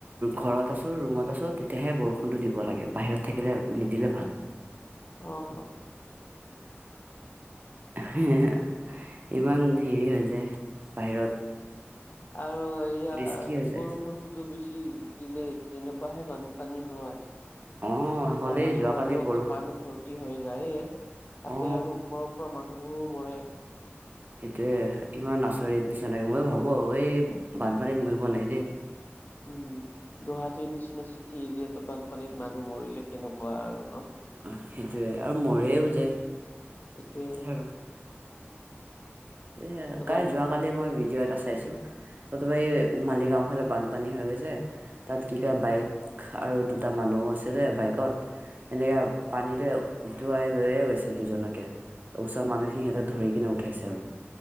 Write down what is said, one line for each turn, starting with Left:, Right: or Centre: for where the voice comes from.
Right: ঘৰত আছো ৰুমত আছো তেতিয়াহে বৰষুণটো দিব লাগে বাহিৰত থাকিলে নিদিলে ভাল
Left: অ হ
Right: হে ইমান হেৰি হৈ যায় বাহিৰত
Left: আৰু এয়া
Right: ৰিস্কি হৈ যায়
Left: বৰষুণতো বেছি উম, দিলে, যেনেকুৱাহে বানপানী হয়।
Right: অ হ'লেই
Left: নলা-চলাবোৰতটো
Right: যোৱাকালি বৰষুণ
Left: পানী ভৰ- তি হৈ যায়য়ে, তাতে
Right: অ
Left: আৰু ওপৰ ওপৰ মানুহবোৰো মৰে।
Right: সেইটোৱে ইমান আচৰিত নিচিনা লাগে। মই ভাবোঁ আৰু, এই বানপানীত মৰিব নাই দেই।
Left: উম, গুৱাহাটীৰ নিচিনা চিটি এৰিয়াতো বানপানীত মানুহ মৰিলে, কেনেকুৱা আৰু ন।
Right: অহ, সেইটোযৱে। আৰু মৰেও যে।
Left: এইটোৱে
Right: <unintelligible> তে আৰু,
Left: তোমাৰ
Right: কাই যোৱাকালি মই ভিডিঅ' এটা চাইছোঁ। প্ৰথমে মালিগাঁও ফালে বানপানী হৈ গৈছে। তাত কি কয়, বাইক আৰু দুটা মানুহ আছিলে বাইকত। সেনেকা পানীটো উটুৱাই লৈয়ে গৈছে দুজনকে। ওচৰ মানু্হখিনি সিহঁতক ধৰি কিনে উঠাইছে আৰু।